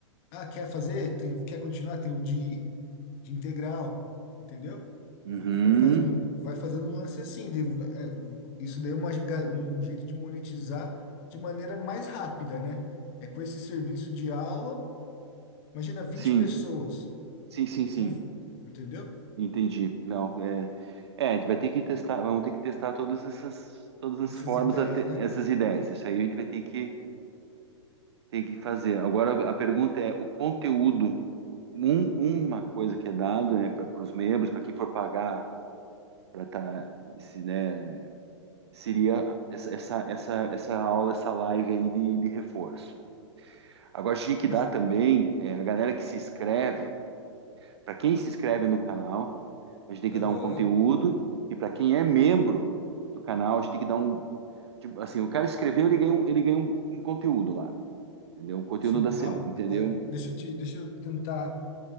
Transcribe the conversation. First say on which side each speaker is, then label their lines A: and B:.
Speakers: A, on the left; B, on the right.
A: Ah, quer fazer? Tem, quer continuar? Tem um de, de integral, entendeu?
B: Uhum.
A: Fa- fa- Faz um, vai fazendo um lance assim. de- é, isso daí é uma ga- um jeito de monetizar de maneira mais rápida, né? É com esse serviço de aula, imagina vinte
B: Sim.
A: pessoas,
B: Sim, sim, sim.
A: não- entendeu?
B: Entendi. Não, é, é, vai ter que testar, vamos ter que testar todas essas, todas as
A: Essas
B: formas,
A: ideias,
B: até-
A: né?
B: essas ideias. Isso aí a gente vai ter que, ter que fazer. Agora a pergunta é, o conteúdo um- uma coisa que é dado, né, para os membros, para quem for pagar para tá, se, né, seria essa, essa, essa, essa aula, essa live aí de, de reforço. Agora, tinha que
A: Tá.
B: dar também é, a galera que se inscreve, para quem se inscreve no canal, a gente tem que
A: Aham.
B: dar um conteúdo, e para quem é membro do canal, a gente tem que dar um, tipo, assim, o cara escreveu, ele ganha um, ele ganha um, um conteúdo lá, entendeu? Um conteúdo
A: Sim,
B: da semana,
A: ó,
B: entendeu?
A: ó, deixa eu te, deixa eu tentar